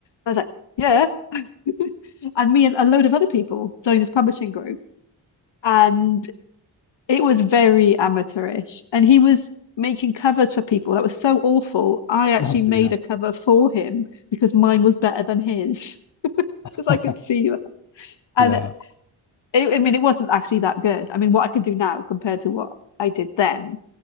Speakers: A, on the left; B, on the left.
A: I was like, "Yeah." <laughs> And me and a load of other people joined this publishing group, and it was very amateurish. And he was making covers for people that was so awful. I actually
B: Oh
A: made
B: dear.
A: a cover for him because mine was better than his, <laughs>
B: <laughs>
A: because I could see that. And
B: Yeah.
A: it, I mean, it wasn't actually that good. I mean, what I could do now compared to what I did then